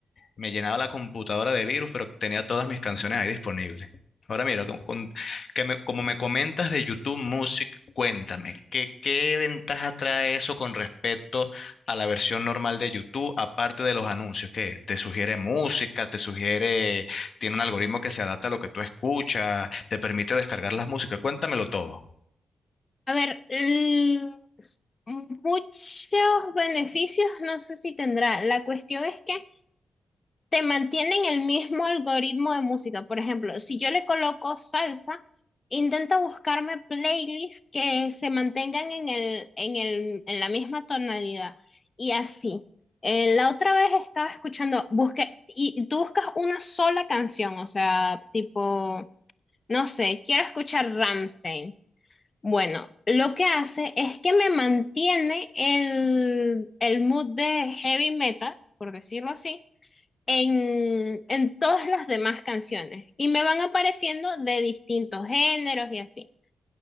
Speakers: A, on the left (about 55°); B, on the left (about 35°).
A: me llenaba la computadora de virus, pero tenía todas mis canciones ahí disponibles. Ahora mira, con- con- que me- como me comentas de YouTube Music, cuéntame, ¿qué, qué ventaja trae eso con respecto a la versión normal de YouTube, aparte de los anuncios que te sugiere música, te sugiere, tiene un algoritmo que se adapta a lo que tú escuchas, te permite descargar las músicas? Cuéntamelo todo.
B: A ver, el- muchos beneficios no sé si tendrá. La cuestión es que te mantienen el mismo algoritmo de música. Por ejemplo, si yo le coloco salsa, intenta buscarme playlists que se mantengan en el, en el, en la misma tonalidad y así. Eh, la otra vez estaba escuchando, busqué, y tú buscas una sola canción, o sea, tipo, no sé, quiero escuchar Ramstein. Bueno, lo que hace es que me mantiene el, el mood de heavy metal, por decirlo así, en, en todas las demás canciones y me van apareciendo de distintos géneros y así.